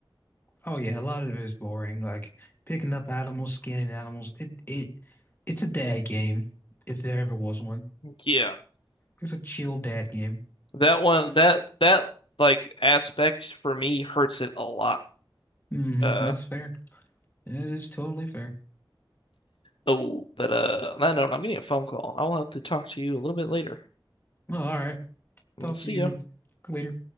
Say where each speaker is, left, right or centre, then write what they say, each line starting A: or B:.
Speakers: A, on the left; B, on the left.
A: Oh yeah, a lot of it is boring. Like picking up animals, scanning animals. It it it's a dad game, if there ever was one.
B: Yeah.
A: It's a chill dad game.
B: That one, that that like aspect for me hurts it a lot.
A: hmm
B: Uh
A: That's fair. It is totally fair.
B: oh, but uh, on that note, I'm getting a phone call. I'll have to talk to you a little bit later.
A: Well, all right. Talk
B: See
A: to you
B: ya.
A: in a, later.